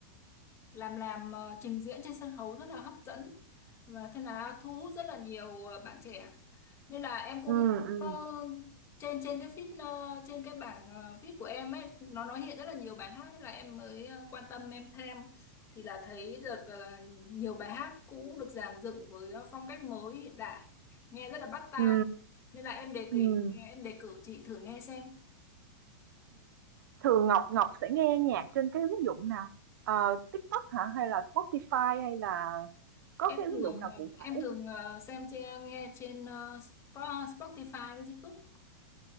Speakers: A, on the left (about 25°); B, on the right (about 70°).
A: làm làm ờ, trình diễn trên sân khấu rất là hấp dẫn và thế là thu hút rất là nhiều ờ, bạn trẻ nên là em cũng
B: ừ ừ
A: ờ, trên trên cái feed ờ, trên cái bảng ờ, feed của em ấy nó nó hiện rất là nhiều bài hát thế là em mới ờ, quan tâm em thêm thì là thấy được ờ, nhiều bài hát cũ được dàn dựng với ờ, phong cách mới hiện đại nghe rất là bắt tai
B: ừ
A: nên là em đề cử
B: ừm,
A: em đề cử chị thử nghe xem
B: thường Ngọc Ngọc sẽ nghe nhạc trên cái ứng dụng nào? Ờ, TikTok hả? Hay là Spotify hay là có
A: em
B: cái ứng
A: thường
B: dụng nào
A: ờ,
B: cụ
A: em
B: thể hông?
A: thường ờ, xem trên nghe trên ờ, Spo- Spotify với YouTube